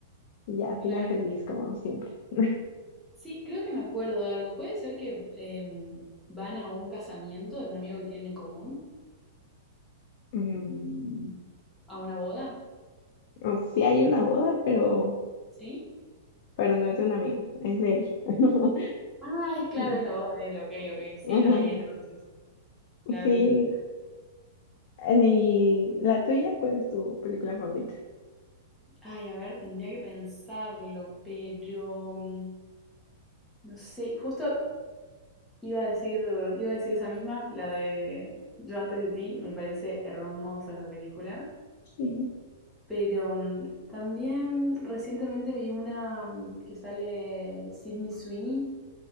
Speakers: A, on the left; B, in the centre.
A: y ya, final
B: claro.
A: feliz como siempre. <laughs>
B: Sí, creo que me acuerdo de algo. ¿Puede ser que em, van a un casamiento de un amigo que tienen en común?
A: Mm,
B: ¿A una boda?
A: o sí hay una boda, pero,
B: ¿Sí?
A: pero no es de un amigo, es de él. <laughs>
B: Ah, es claro,
A: Mm,
B: es la boda de él, ok, ok, sí,
A: ajá.
B: la vi entonces, la
A: Sí,
B: vi.
A: eh, y la tuya, ¿cuál es tu película favorita?
B: Ay, a ver, tendría que pensarlo, pero mm, no sé, justo iba a decir, iba a decir esa misma, la de Yo antes de ti, me parece hermosa esa película,
A: Sí.
B: pero mm, también recientemente vi una mm, que sale Sydney Sweeney,